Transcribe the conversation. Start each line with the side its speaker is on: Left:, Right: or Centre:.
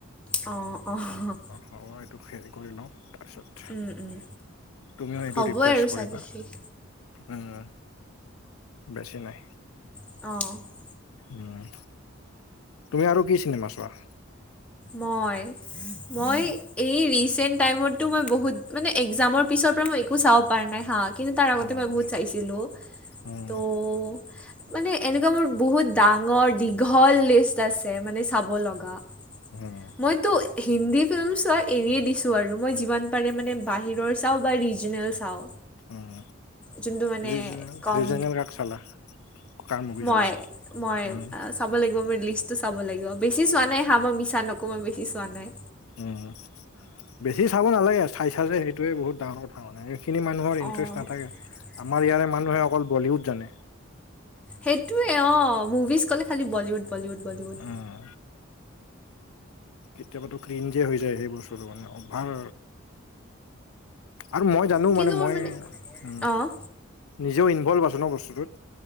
Centre: অ' অ' <unintelligible>
Left: হ'ব এইটো হেৰি কৰি লওঁ, তাৰপিছত।
Centre: উম উম,
Left: তুমিও এইটো
Centre: হ'বই
Left: ৰিফ্ৰেছ
Centre: আৰু
Left: কৰিবা
Centre: চাগে শেষ।
Left: উম, বেছি নাই।
Centre: অঁ।
Left: উম, তুমি আৰু কি চিনেমা চোৱা?
Centre: মই মই
Left: উম
Centre: এই ৰিচেণ্ট টাইমতটো মই বহুত মানে এক্সজামৰ পিছৰ পৰা মই একো চাব পৰা নাই। হা! কিন্তু তাৰ আগতে
Left: উম
Centre: মই বহুত চাইছিলো।
Left: উম
Centre: ত' মানে এনেকুৱা মোৰ বহুত ডাঙৰ দীঘল লিষ্ট আছে মানে চাব লগা।
Left: উম।
Centre: মইতো হিন্দী ফিল্ম চোৱা এৰিয়ে দিছো আৰু মই যিমান পাৰে মানে বাহিৰৰ চাওঁ বা ৰিজনেল চাওঁ,
Left: উম
Centre: যোনটো মানে
Left: ৰিজনেল
Centre: কম
Left: ৰিজনেল কাক চালা কাৰ মুভি
Centre: মই,
Left: চালা
Centre: মই
Left: উম
Centre: চাব লাগিব, মই লিষ্টটো চাব লাগিব বেছি চোৱা নাই হা মই মিছা নকও মই বেছি চোৱা নাই।
Left: উম, বেছি চাব নালাগে চাইচা যে সেইটোৱে বহুত ডাঙৰ কথা মানে। সেইখিনি মানুহৰ ইণ্টৰেষ্ট
Centre: অঁ
Left: নাথাকে, আমাৰ ইয়াৰে মানুহে অকল বলিউড জানে।
Centre: সেইটোৱে অ মুভিজ ক'লে খালি বলীউড বলীউড বলীউড
Left: উম কেতিয়াবাতো ক্লিনজিয়ে হৈ যায়। সেই বস্তুটো মানে অভাৰ আৰু মই জানো
Centre: কিন্তু
Left: মানে
Centre: মোৰ
Left: মই উ,
Centre: অঁ
Left: নিজেও ইনভলভ আছে ন বস্তুটোত